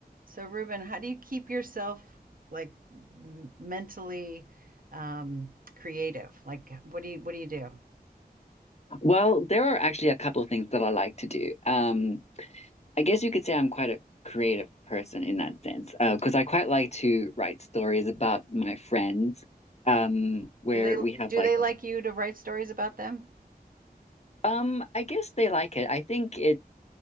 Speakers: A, on the right (about 60°); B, on the left (about 40°).
A: So, Ruben, how do you keep yourself like mentally um, creative? Like, what do you what do you do?
B: Well, there are actually a couple of things that I like to do. Um, I guess you could say I'm quite a creative person in that sense, uh, because I quite like to write stories about my friends, um, where
A: Do they
B: we have
A: do
B: like,
A: they like you to write stories about them?
B: um, I guess they like it. I think it